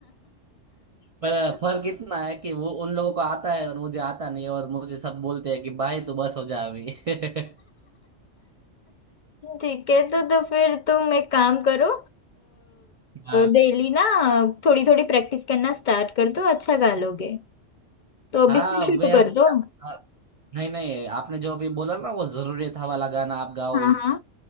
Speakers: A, on the right; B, on the left.
A: पर फर्क इतना है कि वो उन लोगों को आता है और मुझे आता नहीं है और मुझे सब बोलते हैं कि भाई तू बस हो जा अभी <laughs>
B: ठीक है तो तो फिर तुम एक काम करो
A: हाँ
B: डेली ना थोड़ी थोड़ी प्रैक्टिस करना स्टार्ट कर दो अच्छा गा लोगे तो अभी
A: हाँ
B: से शुरू
A: मैं
B: कर
A: अभी
B: दो
A: हाँ, नहीं नहीं आपने जो अभी बोला ना वो जरूरी था वाला गाना आप गाओ
B: हाँ हाँ